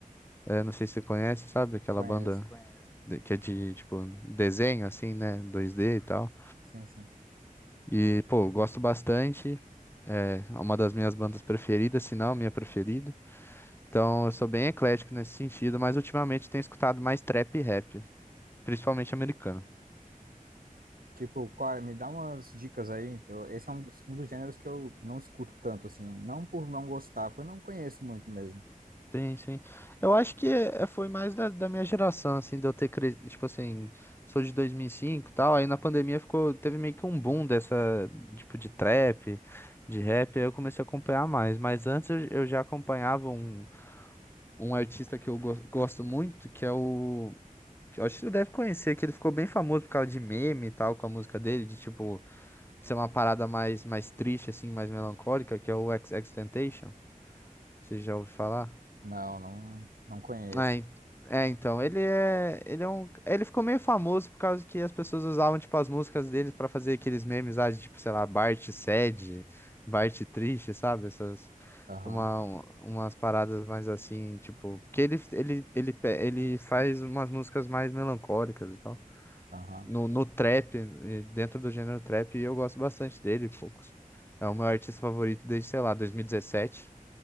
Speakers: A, on the left (about 15°); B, on the right (about 85°).
A: É, não sei se você conhece, sabe? Aquela
B: Conheço.
A: banda de- que é de, tipo, desenho, assim, né? 2D e tal.
B: Sim, sim.
A: E, pô, eu gosto bastante. É uma das minhas bandas preferidas, se não a minha preferida. Então, eu sou bem eclético nesse sentido, mas ultimamente tenho escutado mais trap e rap, principalmente americano.
B: Tipo, qual- me dá umas dicas aí. Eu- esse é um dos, um dos gêneros que eu não escuto tanto, assim. Não por não gostar, porque eu não conheço muito mesmo.
A: Sim, sim. Eu acho que é- foi mais da, da minha geração, assim, de eu ter crescido, tipo assim, sou de dois mil e cinco e tal, aí na pandemia ficou, teve meio que um boom dessa, tipo, de trap, de rap, aí eu comecei a acompanhar mais, mas antes eu, eu já acompanhava um, um artista que eu gos- gosto muito, que é o, que eu acho que você deve conhecer, que ele ficou bem famoso por causa de meme e tal, com a música dele, de, tipo, ser uma parada mais, mais triste, assim, mais melancólica, que é o XXXTentacion, você já ouviu falar?
B: Não, não, não conheço.
A: É, en- é, então, ele é, ele é um, ele ficou meio famoso por causa que as pessoas usavam, tipo, as músicas dele pra fazer aqueles memes, ah, de, tipo, sei lá, Bart sad, Bart triste, sabe? Essas,
B: Aham,
A: uma, um- umas paradas mais assim, tipo, porque ele, ele, ele, pe- ele faz umas músicas mais melancólicas e tal.
B: aham.
A: No, no trap, eh, dentro do gênero trap, eu gosto bastante dele, poucos. É o meu artista favorito desde, sei lá, 2017.